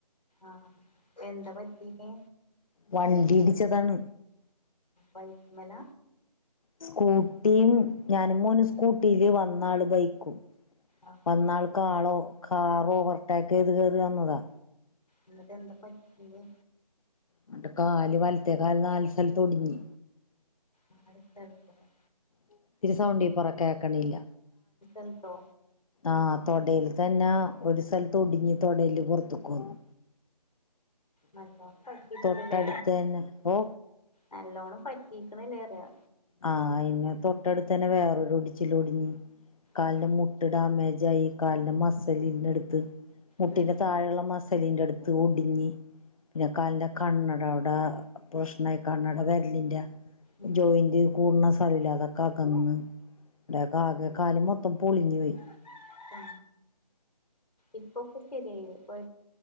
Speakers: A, on the left; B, on the left.
A: ആ എന്താ പറ്റിനേ
B: വണ്ടി ഇടിച്ചതാണ്
A: വൈറ്റ്മല
B: സ്കൂട്ടിയും ഞാനും മോനും സ്കൂട്ടിയില് വന്നാള് ബൈക്കും
A: ആഹ്
B: വന്നാൾക്ക് ആളോ കാറ് ഓവർ ടേക്ക്യ്ത് കേറി വന്നതാ
A: എന്നിട്ട് എന്ത പറ്റിയെ
B: എന്നിട്ട് കാല് വലത്തെ കാല് നാല് സ്ഥലത്ത് ഒടിഞ്ഞ്
A: അടുത്ത അലക്കണം
B: ഇത്തിരി സൗണ്ടി പറ കേക്കണില്ല
A: എന്തോ
B: ആ തോടെല് തന്ന ഒരു സ്ഥലത്ത് ഒടിഞ്ഞ് തോടെല്ല് പൊറത്തേക്ക് വന്ന്
A: നല്ലൊണം പറ്റീട്ട്ണ്ടല്ലെ
B: തൊട്ടടുത്ത് തന്നെ ഓ
A: നല്ലോണം പറ്റിക്ക്ണെല്ലെറിയാ
B: ആ അയിന്റെ തൊട്ടട്ത്തെന്നെ വേറെ ഒരു ഒടിച്ചില് ഒടിഞ്ഞ് കാലിന്റെ
A: ആഹ്
B: മുട്ട് ഡാമേജ് ആയി കാലിന്റെ മസിലിന്റട് ത്ത് മുട്ടിന്റെ
A: ഉം
B: താഴെള്ള മസി ലിന്റെട്ത്ത് ഒടിഞ്ഞ് പിന്ന കാലിന്റെ കണ്ണടവ്ടെ പ്രശ്‌നായി കണ്ണട വെരലി ന്റെ
A: ഉം
B: ജോയിന്റ് കൂട്ണ <unintelligible> അതൊക്കെ അകന്ന് ടെക്കെ ആകെ കാല് മൊത്തം പൊളിഞ്ഞ് പോയി
A: <inaudible> അ ഇപ്പൊ ഒക്കെ ശെരിയായി കൊഴ